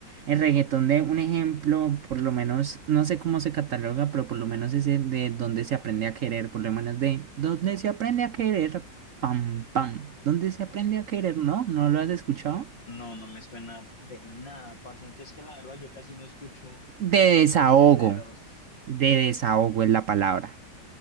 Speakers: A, on the right; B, on the left.
A: el reggaetón de un ejemplo, por lo menos, no sé cómo se cataloga, pero por lo menos ese de donde se aprende a querer, por lo menos de donde se aprende a querer, pam, pam, donde se aprende a querer, ¿no? ¿No lo has escuchado?
B: No, no me suena de nada, parce, aunque es que la verdad yo casi no escucho
A: De desahogo,
B: esos géneros.
A: de desahogo es la palabra.